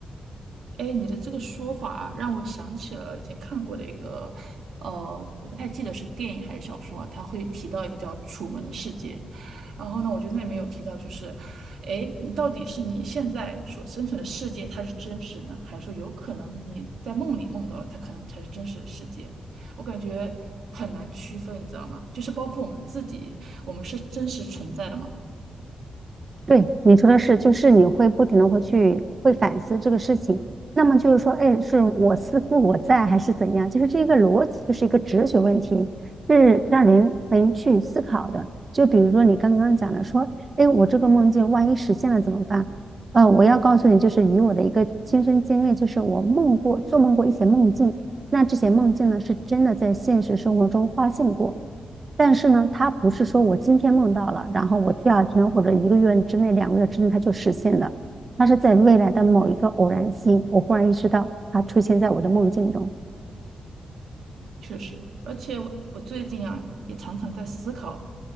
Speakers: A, on the right; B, on the right.
A: 哎，你的这个说法啊让我想起了以前看过的一个，呃，我不太记得是电影还是小说啊，它会提到一个叫《楚门的世界》，然后呢，我觉得那里面有提到，就是，哎，你到底是你现在所生存的世界它是真实呢，还是说有可能你在梦里梦到了它可能才是真实的世界？我感觉很难区分，你知道吗？就是包括我们自己，我们是真实存在的吗？
B: 对，你说的是，就是你会不停的会去会反思这个事情，那么就是说，哎，是我思故我在还是怎样？就是这个逻辑，就是一个哲学问题，是让人能去思考的。就比如说你刚刚讲的，说，哎，我这个梦境万一实现了怎么办？呃，我要告诉你，就是以我的一个亲身经历，就是我梦过做梦过一些梦境，那这些梦境呢是真的在现实生活中发现过，但是呢，它不是说我今天梦到了，然后我第二天或者一个月之内、两个月之内它就实现的，它是在未来的某一个偶然性，我忽然意识到它出现在我的梦境中。
A: 确实，而且我我最近啊，也常常在思考，